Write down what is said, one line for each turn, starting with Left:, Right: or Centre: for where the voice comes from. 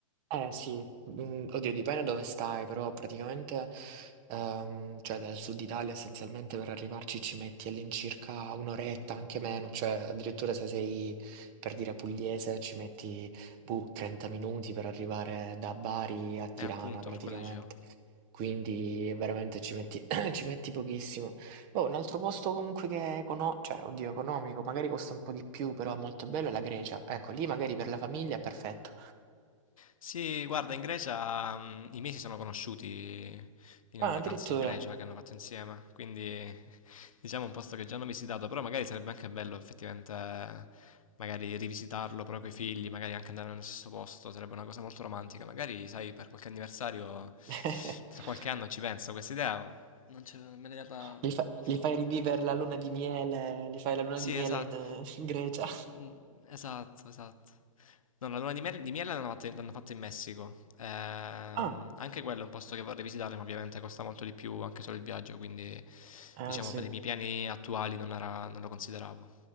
Right: Eh sì, mhmm, oddio dipende dove stai, però praticamente, ehm, cioè dal sud Italia essenzialmente per arrivarci ci metti all'incirca 1 oretta, anche meno, cioè addirittura se sei, per dire, pugliese ci metti, boh, 30 minuti per arrivare da Bari a Tirana
Left: E appunto,
Right: praticamente.
Left: per quello dicevo.
Right: Quindi veramente ci metti <clears throat> ci metti pochissimo. Oh, un altro posto comunque che è econo cioè oddio economico, magari costa un po' di più, però è molto bello è la Grecia. Ecco, lì magari per la famiglia è perfetto.
Left: Sì, guarda, in Grecia mm, i miei si sono conosciuti in
Right: Ah,
Left: una vacanza
Right: addirittura.
Left: in Grecia che hanno fatto insieme, quindi <laughs> diciamo un posto che già hanno visitato, però magari sarebbe anche bello effettivamente eh, magari rivisitarlo proprio con i figli, magari anche andare nello stesso posto, sarebbe una cosa molto romantica, magari sai per qualche anniversario
Right: <laughs>
Left: tra qualche anno ci penso, questa idea non ce- me l'hai data
Right: Gli fa-
Left: molto,
Right: gli fai rivivere
Left: molto
Right: la luna di miele, gli fai la luna
Left: sì,
Right: di miele
Left: esatto.
Right: in, eh, in Grecia.
Left: Mm, Esatto, esatto. No, la luna di, mel- di miele l'hanno fatta l'hanno fatta in Messico. Ehm,
Right: Ah,
Left: anche quello è un posto che vorrei visitare, ma ovviamente costa molto di più anche solo il viaggio, quindi
Right: eh,
Left: diciamo
Right: sì.
Left: per i miei piani attuali non era- non lo consideravo.